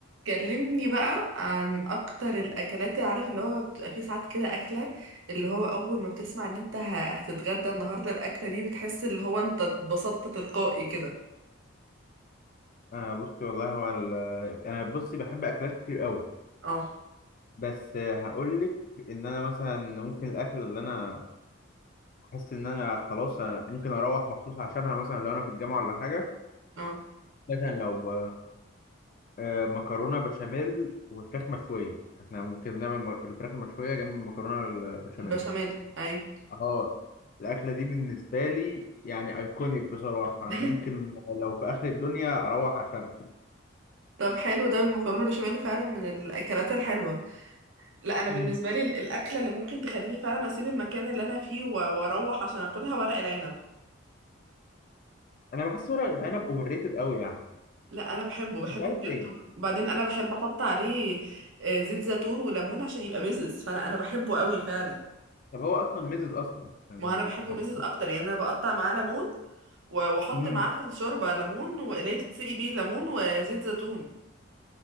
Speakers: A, on the right; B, on the left.
A: كلمني بقى عن اكتر الاكلات اللي عارف اللي هو بتبقى فيه ساعات كده اكله اللي هو اول ما بتسمع ان انت ه- هتتغدى النهارده الاكله دي بتحس اللي هو انت اتبسطت تلقائي كده
B: آه بصي والله هو ال- انا بصي بحب اكلات كتير قوي
A: اه
B: بس هقول لك ان انا مثلا ممكن الاكل اللي انا احس ان انا خلاص أنا ممكن اروح مخصوص عشانها مثلا لو انا في الجامعه ولا حاجه
A: اه
B: مثلا لو آه مكرونه بشاميل وفراخ مشويه احنا ممكن نعمل م- الفراخ المشويه جنب المكرونه البشاميل
A: البشاميل ايوه
B: اه الاكله دي بالنسبه لي يعني ايكونيك بصراحه
A: <laughs>
B: انا ممكن لو في اخر الدنيا اروح عشانها
A: طب حلو ده المكرونه البشاميل فعلا من الاكلات الحلوه لا انا
B: مم.
A: بالنسبه لي ال- الاكله اللي ممكن تخليني فعلا اسيب المكان اللي انا فيه و- واروح عشان اكلها ورق العنب
B: انا بحس ورق العنب اوفر ريتد قوي يعني
A: لا انا بحبه بحبه
B: مش عارف
A: بجد
B: ليه
A: وبعدين انا بحب احط عليه آه، زيت زيتون وليمون عشان يبقى مزز فانا انا بحبه قوي فعلا
B: طب هو اصلا ميزز اصلا يعني
A: ما انا
B: بيتخليك
A: بحبه مزز اكتر يعني انا بقطع معاه ليمون و- واحط
B: امم
A: معاه في الشوربه ليمون واللي هي تتسقي بيه ليمون وزيت زيتون